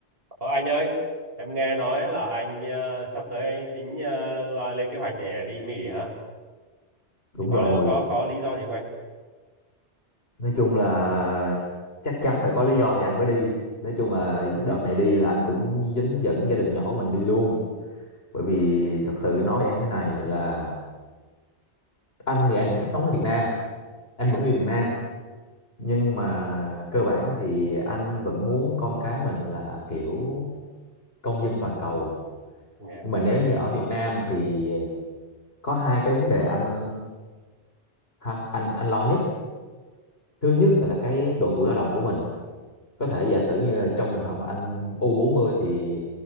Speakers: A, on the right; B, on the left.
A: Ờ, anh ơi, em nghe nói là anh ờ, sắp tới tính ờ, là lên kế hoạch để đi Mỹ hả?
B: Đúng
A: Anh Có
B: rồi,
A: có có lý do gì không anh?
B: nói chung là chắc chắn phải có lý do thì anh mới đi. Nói chung là đợt
A: Ừ,
B: này đi là anh cũng dính dẫn gia đình nhỏ của mình đi luôn. Bởi vì thật sự nói em thế này là anh thì em vẫn thích sống ở Việt Nam, anh
A: yeah,
B: vẫn yêu Việt Nam. Nhưng mà cơ bản thì anh vẫn muốn con cái mình là kiểu công dân toàn cầu.
A: yeah,
B: Nhưng mà nếu như ở Việt Nam thì có hai cái vấn đề anh ha, anh anh lo nhất. Thứ nhất là cái độ tuổi lao động của mình có thể giả sử như là trong trường hợp mà anh u bốn mươi thì